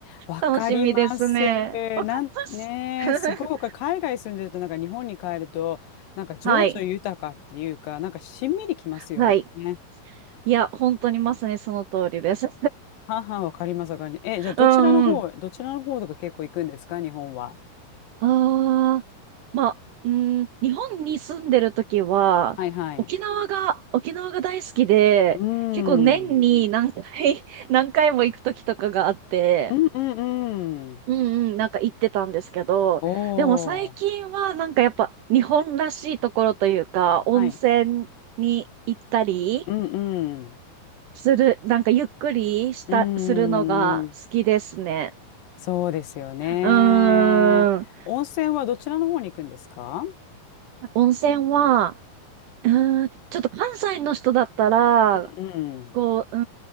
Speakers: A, on the left (about 70°); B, on the right (about 75°).
A: わかります。
B: 楽しみですね。わかります。
A: なんねえ、
B: <laughs>
A: すごく海外住んでるとなんか日本に帰るとなんか情緒豊かっていうかなんかしんみりきますよね。
B: はい。はい。いや、本当にまさにその通りです。
A: はは、わかりますわかります。
B: <laughs>
A: え、じゃあどちらの方、
B: うんうん。
A: どちらの方とか結構行くんですか日本は。
B: ああ、まあ、うん、日本に住んでる時は、
A: はいはい。
B: 沖縄が、沖縄が大好きで、
A: うーん。
B: 結構年に何回、<laughs> 何回も行く時とかがあって、
A: うんうんうん。
B: うんうん、なんか行ってたんですけど、
A: おー。
B: でも最近はなんかやっぱ日本らしいところというか、
A: はい。
B: 温泉に行ったり
A: うんうん。
B: する、なんかゆっくりした、
A: うーん。
B: するのが好きですね。
A: そうですよね。
B: うーん、
A: 温泉はどちらの方に行くんですか
B: 温泉は、うーん、ちょっと関西の人だったら、
A: うんうん。
B: こう、うー